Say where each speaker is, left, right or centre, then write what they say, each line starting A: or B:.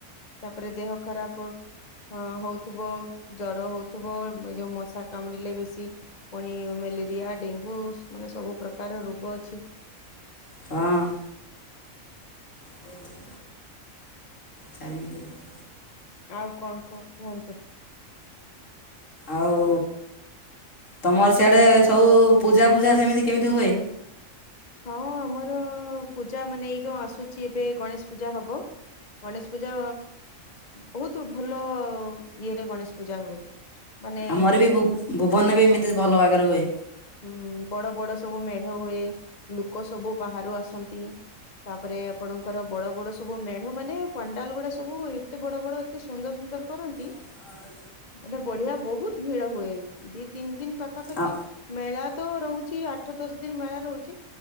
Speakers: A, on the left; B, on the left.
A: ତାପରେ ଦେହ ଖରାପ ଅ ହଉଥୁବ, ଜର ହଉଥୁବ। ମୁଁ ଏଇ ଯୋଉ ମଶା କାମୁଡ଼ିଲେ ବେଶୀ ପୁଣି ମେଲେରିଆ, ଡେଙ୍ଗୁ ସ୍ ମାନେ ସବୁ ପ୍ରକାର ରୋଗ ଅଛି।
B: ହଁ। ଜଯ ଗୁ ଚାରି ମିିଣ୍ଟିଏ ର।
A: ଆଉ କଣ କୁ କୁହନ୍ତୁ?
B: ଆଉ ତମର ସିଆଡ଼େ ସବୁ ପୂଜା ଫୂଜା ସେମିତି କେମିତି ହୁଏ?
A: ହଁ ଆମର ପୂଜା ମାନେ ଏଇ ଯୋଉ ଆସୁଚି ଏବେ ଗଣେଶ ପୂଜା ହବ। ଗଣେଶ ପୂଜା ବହୁତ ଭଲ ଇଏରେ ଗଣେଶ ପୂଜା ହୁଏ। ମାନେ
B: ଆମର ବି ଭୁ ଭୁବନରେ ବି ଏମିତି ଭଲ ବାଗରେ ହୁଏ।
A: ହୁଁ ବଡ଼ ବଡ଼ ସବୁ ମେଢ଼ ହୁଏ, ଲୁକ ସବୁ ବାହାରୁ ଆସନ୍ତି। ତାପରେ ଆପଣଙ୍କର ବଡ଼ ବଡ଼ ସବୁ ମେଢ଼ ମାନେ ପାଣ୍ଡାଲ ଗୁଡ଼ା ସବୁ ଏତେ ବଡ଼ ବଡ଼ ତେ ସୁନ୍ଦର ସୁନ୍ଦର କରନ୍ତି।
B: <inaudible>
A: ଗୋଟେ ବଢ଼ିଆ ବହୁତ ଭିଡ଼ ହୁଏ, ଦି ତିନି ଦିନ ପାଖାପାଖି
B: ଆ
A: ମେଳା ତ ରହୁଚି ଆଠ ଦଶ ଦିନ ମେଳା ରହୁଚି।